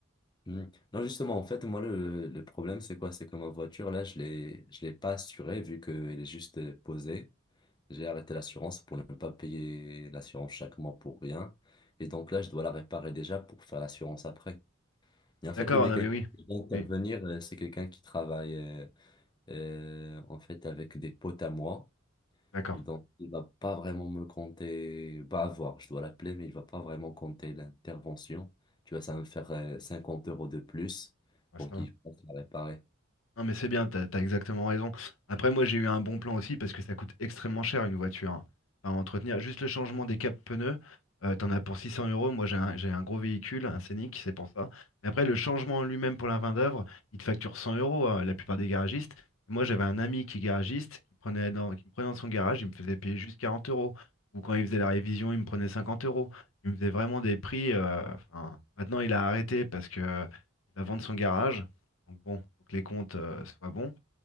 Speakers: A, on the left (about 20°); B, on the left (about 75°).
A: Hmm. Non, justement, en fait, moi, le, le problème, c'est quoi? C'est que ma voiture, là, je l'ai, je l'ai pas assurée vu qu'elle est juste euh, posée. J'ai arrêté l'assurance pour ne pas payer l'assurance chaque mois pour rien. Et donc là, je dois la réparer déjà pour faire l'assurance après. Et en fait,
B: D'accord,
A: le mécanicien
B: non mais oui.
A: qui va intervenir,
B: Oui,
A: euh, c'est quelqu'un qui travaille euh, euh, en fait avec des potes à moi.
B: d'accord.
A: Donc, il va pas vraiment me compter, pas avoir, je dois l'appeler, mais il va pas vraiment compter l'intervention. Tu vois, ça va me faire euh, 50 euros de plus
B: Ouais,
A: pour
B: ça
A: qu'il
B: va.
A: puisse la réparer.
B: Non, mais c'est bien, t'as, t'as exactement raison. Après, moi, j'ai eu un bon plan aussi parce que ça coûte extrêmement cher une voiture. hein. Enfin, entretenir juste le changement des capes pneus, euh, t'en as pour 600 euros. Moi, j'ai un, j'ai un gros véhicule, un Scénic, c'est pour ça. Mais après, le changement en lui-même pour la main d'œuvre, il te facture 100 euros, hein, la plupart des garagistes. Moi, j'avais un ami qui est garagiste, qui prenait dans, qui me prenait dans son garage, il me faisait payer juste 40 euros. Ou quand il faisait la révision, il me prenait 50 euros. Il me faisait vraiment des prix. euh, enfin, maintenant, il a arrêté parce que euh, il va vendre son garage. Donc bon, faut que les comptes euh, soient bons.